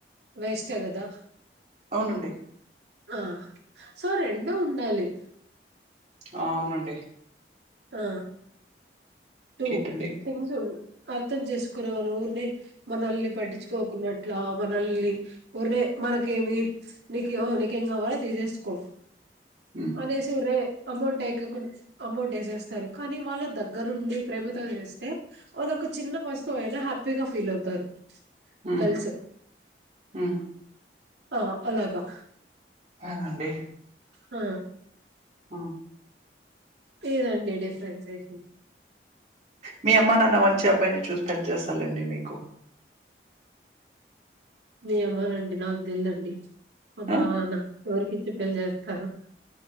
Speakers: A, on the right (about 80°); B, on the right (about 40°).
A: వేస్టే కదా
B: అవునండి
A: ఆ సో రెండు ఉండాలి
B: ఆ అవునండి
A: ఆ
B: ఇంకేంటండి
A: టూ తింగ్స్ ఉ అర్థం చేసుకునే వాళ్ళనే ఊరిని మనల్ని పట్టించుకోకున్నట్లా మనల్ని ఊరినే మనకేమి నిక నికేం కావాల తీసేసుకో
B: హ్మ్
A: అనేసిరే అమౌంట్ వెకకు అమౌంట్ వేసేస్తారు కానీ వాళ్ళ దగ్గరుండి ప్రభుత్వం చేస్తే వాళ్ళు ఒక చిన్న వస్తువు అయినా హ్యాపీగా ఫీల్ అవుతారు.
B: ఆ
A: గర్ల్స్
B: ఆ
A: ఆ అలాగా
B: అనండి
A: ఆ
B: హ
A: లేదండి డిఫరెన్స్ వేసి
B: మీ అమ్మ నాన్న మంచి అబ్బాయిని చూసి పెళ్ చేస్ లేండి మీకు
A: ఏమోనండి నాకు తెల్లదండి అమ్మ
B: ఆ
A: నాన్న ఎవరికి ఇచ్చి పెళ్లి చేస్తారు